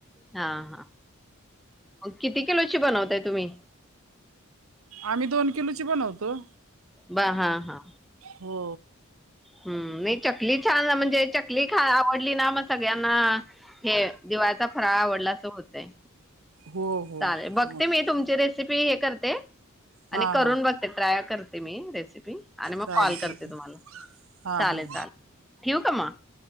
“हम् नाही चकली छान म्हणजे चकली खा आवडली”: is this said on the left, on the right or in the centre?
Centre